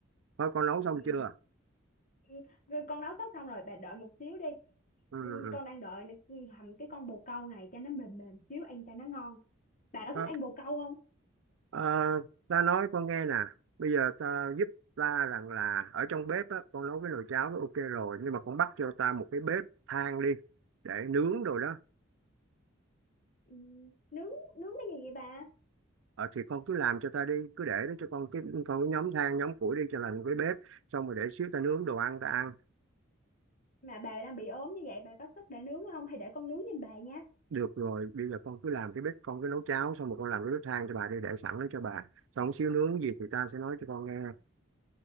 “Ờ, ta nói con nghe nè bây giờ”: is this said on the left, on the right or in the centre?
Right